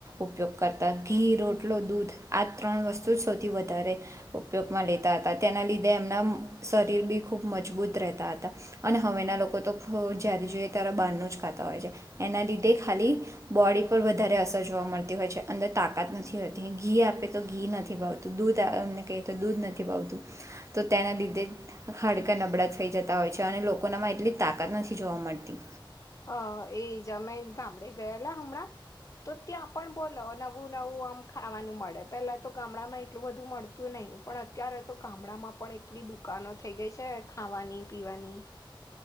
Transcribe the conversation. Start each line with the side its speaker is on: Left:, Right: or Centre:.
Right: ઉપયોગ કરતા ઘી રોટલો દૂધ આ ત્રણ વસ્તુ જ સૌથી વધારે ઉપયોગમાં લેતા હતા તેના લીધે એમના શરીર બી ખૂબ મજબૂત રહેતા હતા અને. હવેના લોકો તો જ્યારે જોઈએ ત્યારેા બહારનું જ ખાતા હોય છે એના લીધે ખાલી બોડી પર વધારે અસર જોવા મળતી હોય છે અંદર તાકાત નથી હોતી ઘી આપે તો ઘી નથી ભાવતું દૂધ અમને કહીએ તો દૂધ નથી ભાવતું તો તેના લીધે ખાડકા નબળા થઈ જતા હોય છે અને લોકો. નામાં એટલી તાકાત નથી જોવા મળતી.
Left: હા એ જ અમે ગામડે ગયેલા હમણાં તો ત્યાં પણ બોલો નવું નવું આમ ખાવાનું મળે પેલા તો ગામડામાં એટલું બધું મળતું નહીિ પણ અત્યારે તો ગામડામાં પણ એટલી દુકાનો થઈ ગઈ છે ખાવાની પીવાની.